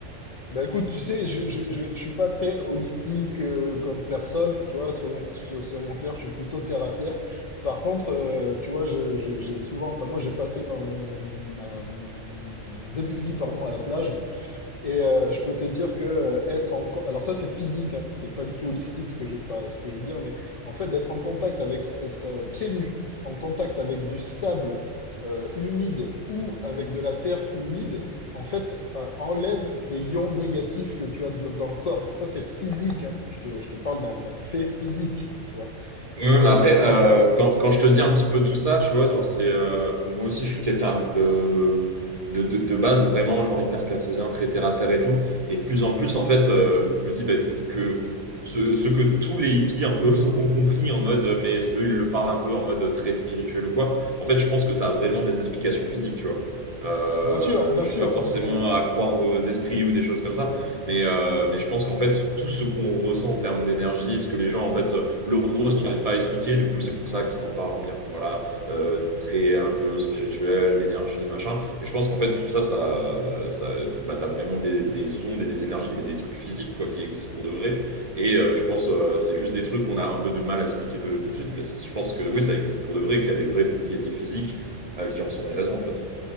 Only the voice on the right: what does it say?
Ouais,
ouais,
mais après,
euh,
quand, quand je te dis un petit peu tout ça, tu vois, genre, c'est, euh, moi aussi, je suis quelqu'un, alors, de, de, de, de base, vraiment, genre, hyper cartésien, très terre à terre et tout. Et de plus en plus,
en fait, euh, je me dis bah, que ce, ce que tous les hippies, un peu, <laughs> ont compris en mode, euh, mais eux, ils le parlent un peu en mode très spirituel ou quoi. En fait, je pense que ça a vraiment des explications physiques, tu vois. Euh,
je
suis pas forcément
à croire aux esprits ou des choses comme ça, mais, euh, mais je pense qu'en fait, tout ce qu'on ressent en termes d'énergie, ce que les gens, en fait, l'euro, ça n'arrive pas à expliquer. Du coup, c'est pour ça qu'ils en parlent en termes voilà, euh, très un peu spirituel, d'énergie, machin. Mais je pense qu'en fait, tout ça, ça, ça bah, t'as vraiment des, des, ondes et des énergies, mais des trucs physiques quoi, qui existent pour de vrai. Et euh, je pense euh, c'est juste des trucs qu'on a un peu du mal à expliquer de, tout de suite. Mais je pense que oui, ça existe pour de vrai, qu'il y a des vraies propriétés physiques euh, qui en sont les raisons, en fait.